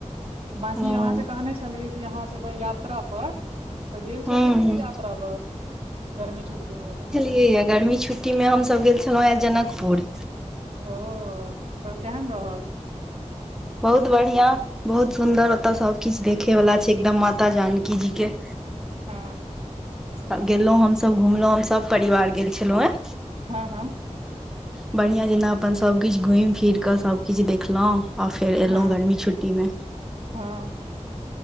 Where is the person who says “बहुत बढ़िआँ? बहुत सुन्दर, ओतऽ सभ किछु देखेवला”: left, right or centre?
Centre